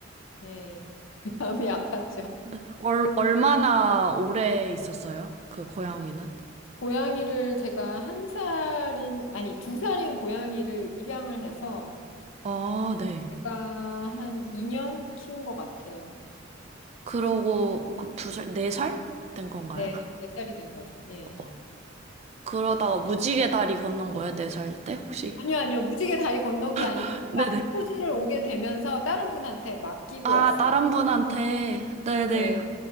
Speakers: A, on the left; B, on the right.
A: 예, <laughs> 마음이 아팠죠.
B: 네. 얼, 얼마나 오래 있었어요? 그 고양이는?
A: 고양이를 제가 한 살인, 아니 두 살인 고양이를 입양을 해서
B: 아, 네.
A: 제가 한 2년 키운 것 같아요.
B: 그러고, 그럼 두 살, 네 살 된 건가요?
A: 네, 4살이 된 거죠. 예.
B: 어, 어. 그러다가 무지개 다리 건넌 거예요? 네 살 때, 혹시?
A: 아니요, 아니요. 무지개 다리 건넌 게 아니고
B: <laughs>
A: 제가
B: 네네.
A: 호주를 오게 되면서 다른 분한테 맡기고
B: 아,
A: 왔어요.
B: 다른 분한테. 네네.
A: 네,